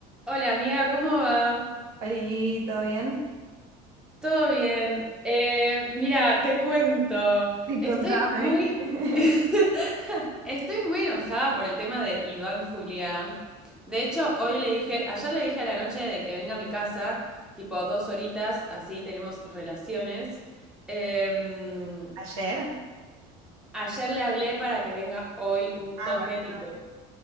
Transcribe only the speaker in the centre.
Hola amiga, ¿cómo va?
¿Todo bien? Eh, mira, te cuento.
Estoy
muy...
<laughs> Estoy muy enojada por el tema de Iván Juliá. De hecho, hoy le dije, ayer le dije a la noche de que venga a mi casa, tipo dos horitas, así tenemos relaciones. Em,
ayer le hablé para que venga hoy un
toque
tipo,